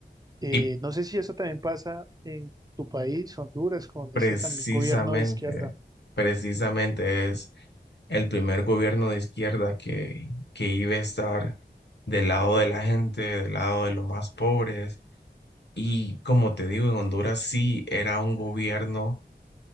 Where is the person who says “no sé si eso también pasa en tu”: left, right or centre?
Right